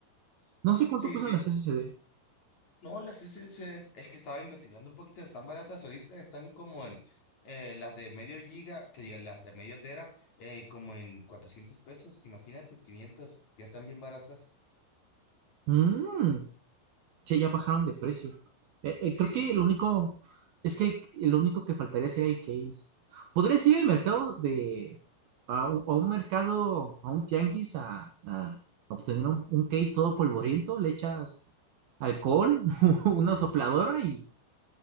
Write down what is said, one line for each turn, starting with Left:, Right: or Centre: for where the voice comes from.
Right: No sé cuánto
Left: Sí,
Right: cuestan
Left: sí,
Right: las SSD.
Left: No, las SSDs, es es que estaba investigando un poquito, están baratas ahorita, están como en eh, las de medio giga, que digan las de medio tera, eh, como en 400 pesos, imagínate, 500 ya están bien baratas.
Right: Mm, Sí, ya bajaron de precio. Eh, eh,
Left: Sí,
Right: creo
Left: sí,
Right: que el único, es que el, el único que faltaría sería el case. Podría ir al mercado de, a un, a un mercado, a un tianguis, a, a obtener un, un case todo polvoriento, le echas alcohol, <laughs> una sopladora y